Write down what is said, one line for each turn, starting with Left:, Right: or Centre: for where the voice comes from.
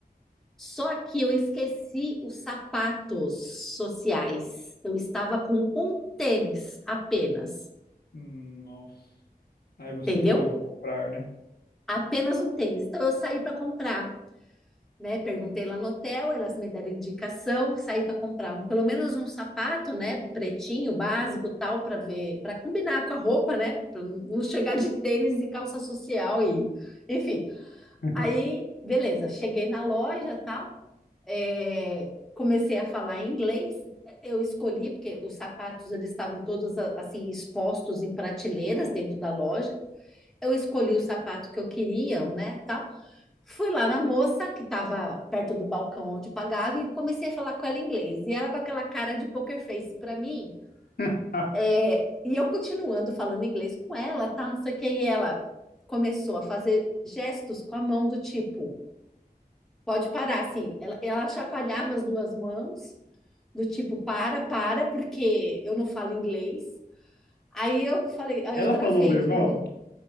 Centre: Só que eu esqueci os sapatos sociais. Eu estava com um tênis apenas,
Left: Hum, Nossa. Aí você
Centre: entendeu?
Left: falou, vou comprar, né?
Centre: Apenas um tênis. Então eu saí para comprar. né? Perguntei lá no hotel, elas me deram indicação, saí para comprar um- pelo menos um sapato, né? Pretinho, básico, tal, para ver, para combinar com a roupa, né? Para não chegar de tênis e calça social e, enfim.
Left: <laughs>
Centre: Aí, beleza, cheguei na loja, tal, é, comecei a falar em inglês. Eu escolhi porque os sapatos eles estavam todos a- assim expostos em prateleiras dentro da loja. Eu escolhi o sapato que eu queria, né? Tal. Fui lá na moça, que estava perto do balcão onde pagava, e comecei a falar com ela em inglês. E ela com aquela cara de poker face para mim.
Left: <laughs>
Centre: é, e eu continuando falando inglês com ela, tá? Não sei o que. E ela começou a fazer gestos com a mão do tipo, pode parar, assim. Ela, ela chacoalhava as duas mãos, do tipo, para, para, porque eu não falo inglês. Aí eu falei, aí
Left: Ela
Centre: eu travei,
Left: falou alemão?
Centre: eu falei,